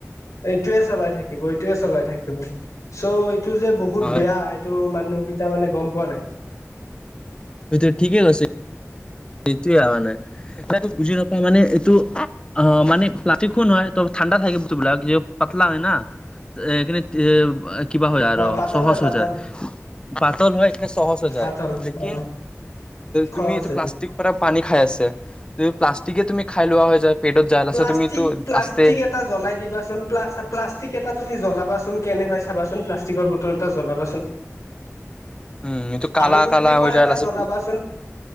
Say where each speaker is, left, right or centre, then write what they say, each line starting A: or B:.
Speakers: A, on the left; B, on the left.
A: এইটোয়ে চলাই থাক <inaudible> চলাই থাকিব চ' টো যে বহুত
B: হয়
A: বেয়া এইটো মানুহ। তুমি মানে গম পোৱা নাই
B: সত ঠিকেই কৈছে সেইটোয়ে মানে এটো বুজি নাপাওঁ মানে এইটো অ মানে প্লাষ্টিকো নহয় ত ঠাণ্ডা থাকে বস্তুবিলাক যে পাতলা হয় না এইখিন এ কিবা হয় আৰু
A: অ পাতল
B: সহজ
A: হয় পাতল
B: হৈ যায়, পাতল হয় কিন্তু সহজ হৈ যায়
A: পাতল
B: লেকিন
A: অ খৰচ
B: তুমি এইটো
A: হৈ
B: প্লাষ্টিক
A: যায়
B: পানী খাই আছে যু প্লাষ্টিকে তুমি খাই লোৱা হৈ যায়। পেটত যায় লাষ্টত
A: প্লাষ্টিক
B: তুমিটো
A: প্লাষ্টিক
B: আস্তে
A: এটা জলাই দিবাচোন প্লাষ্টিক এটা তুমি জলাবাচোন কেনে হয় চাবাচোন প্লাষ্টিকৰ বটল এটা জ্বলাবাচোন
B: উম এইটো কালা
A: আৰু তুমি
B: কালা
A: পেপাৰ
B: হৈ যায়
A: এটা
B: লাষ্টত
A: জ্বলাবাচোন,
B: পু